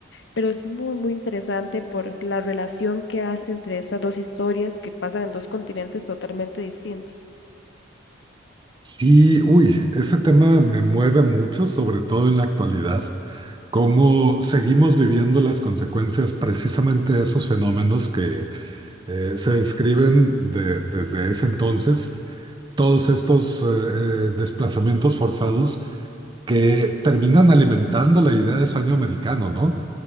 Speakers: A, on the left; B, on the right.
A: pero es muy, muy interesante por la relación que hace entre esas dos historias que pasan en dos continentes totalmente distintos.
B: Sí, uy, ese tema me mueve mucho, sobre todo en la actualidad, cómo seguimos viviendo las consecuencias precisamente de esos fenómenos que eh, se describen de- desde ese entonces, todos estos eh, eh, desplazamientos forzados que terminan alimentando la idea de sueño americano, ¿no?